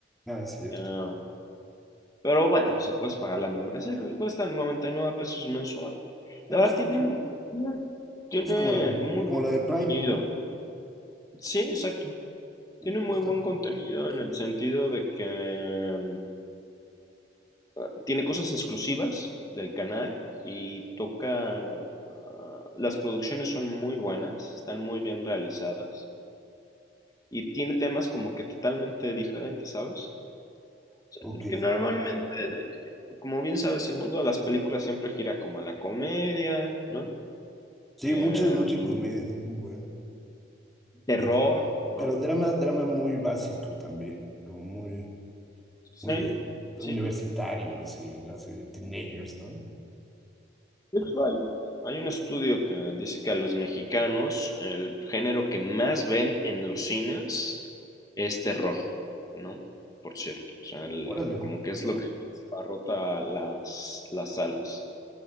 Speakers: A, in the centre; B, on the left (about 20°).
A: Ah, es cierto.
B: Ah, pero bueno, se puedes pagar la membresía, creo que cuesta 99 pesos mensual. La
A: Ah,
B: verdad
A: pues,
B: tiene,
A: sí, sí.
B: mu- tiene, tiene
A: Es como la,
B: muy
A: como
B: buen
A: la de Prime,
B: contenido.
A: ¿no?
B: Sí, exacto.
A: ¿No?
B: Tiene muy
A: Está-
B: buen contenido en el sentido de que ah, tiene cosas exclusivas del canal y toca... ah, Las producciones son muy buenas, están muy bien realizadas y tiene temas como que totalmente diferentes, ¿sabes? O sea,
A: ok.
B: Porque normalmente, como bien sabes, el mundo de las películas siempre gira como a la comedia, ¿no?
A: Sí,
B: Em,
A: mucha, mucha comedia. Bueno.
B: terror,
A: Y dra-
B: ¿no?
A: pero drama, drama muy básico también, como muy, muy
B: Sí,
A: de universitarios
B: sí,
A: y así de teenagers, ¿no?
B: De hecho, hay, hay un estudio que dice que a los mexicanos el género que más ven en los cines es terror, ¿no? Por cierto, o sea, el-
A: Órale.
B: como que es lo que más abarrota las, las salas.